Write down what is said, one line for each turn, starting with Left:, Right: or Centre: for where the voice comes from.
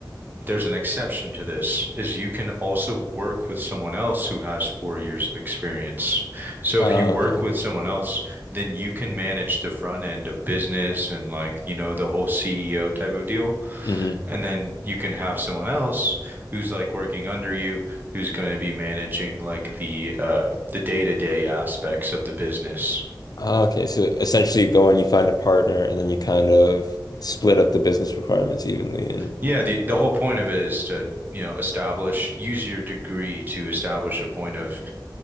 Right: there's an exception to this, is you can also work with someone else who has four years of experience. So,
Left: Uh,
Right: if you work
Left: okay.
Right: with someone else, then you can manage the front end of business and like, you know, the whole CEO type of deal.
Left: hmm
Right: And then you can have someone else who's like working under you, who's going to be managing like the uh the day-to-day aspects of the business.
Left: Oh, okay, so essentially you go and you find a partner and then you kind of split up the business requirements evenly and
Right: Yeah, the the whole point of it is to, you know, establish, use your degree to establish a point of